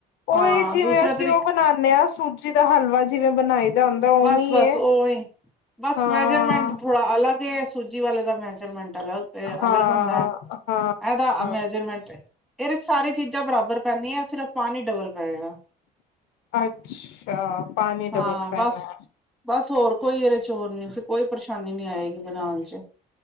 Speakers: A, in the centre; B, on the left.
A: ਹਾਂ
B: ਉਹੀ ਜਿਵੇਂ
A: ਦੂਸਰਾ
B: ਅਸੀਂ
A: ਤਰੀਕਾ
B: ਉਹ ਬਣਾਦੇ ਹਾਂ ਸੂਜੀ ਦਾ ਹਲਵਾ ਜਿਵੇਂ ਬਣਾਈ ਦਾ ਹੁੰਦਾ ਉਵੇਂ
A: ਬਸ ਬਸ
B: ਐ।
A: ਉਵੇਂ ਹੀ ਬਸ
B: ਹਾਂ
A: ਮੇਜਰਮੈਂਟ ਥੋੜਾ ਅਲੱਗ ਸੂਜੀ ਵਾਲੇ ਦਾ ਮੈਜਰਮੈਂਟ ਵਾਲਾ ਇਹ
B: ਹਾਂ
A: ਅਲੱਗ ਹੁੰਦਾ ਹੈ
B: ਹਾਂ
A: ਇਹਦਾ
B: ਹਾਂ
A: ਮੈਜਰਮੈਂਟ ਇਹਦੇ ਚ ਸਾਰੀ ਚੀਜ਼ਾਂ ਬਰਾਬਰ ਪੈਂਦੀ ਹੈ ਸਿਰਫ ਪਾਣੀ ਡਬਲ ਪਏਗਾ।
B: ਅੱਛਾ ਪਾਣੀ ਡਬਲ
A: ਹਾਂ
B: ਪੈਣਾ
A: ਬਸ ਬਸ ਹੋਰ ਕੋਈ ਇਹਦੇ ਚੋ ਨੀ ਕੋਈ ਪਰੇਸ਼ਾਨੀ ਨੀ ਆਏਗੀ ਬਣਾਣ ਚ